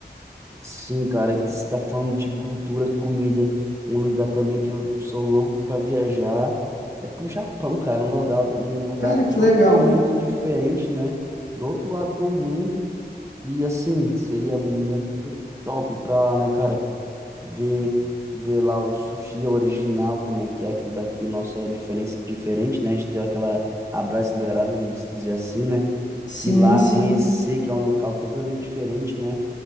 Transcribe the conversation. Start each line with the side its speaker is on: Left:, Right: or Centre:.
Right: Sim, cara, e você está falando de cultura, comida. Um lugar também que eu sou louco para viajar é pro Japão, cara. Um lugar, um lugar
Left: Cara, que
Right: totalmente
Left: legal.
Right: diferente, né? Do outro lado do mundo. E assim, seria muito top pra lá, né, cara? Ver, ver lá o sushi original, como é que é, que o daqui, nosso é diferente, diferente, né? A gente deu aquela abrasileirada, vamos dizer assim, né?
Left: Sim,
Right: ir lá
Left: sim.
Right: conhecer, que é um local totalmente diferente, né?